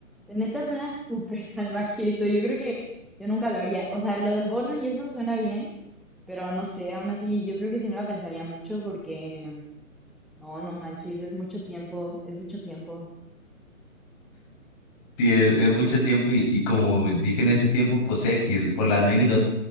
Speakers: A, in the centre; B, on the left.
A: De neta suena súper <laughs> salvaje eso. Yo creo que yo nunca lo haría. O sea, lo del bono y eso suena bien, pero no sé, aún así yo creo que sí me la pensaría mucho porque no, no manches, es mucho tiempo, es mucho tiempo.
B: Sí, es, es mucho tiempo y, y como dije en ese tiempo, pues X, por la anécdota,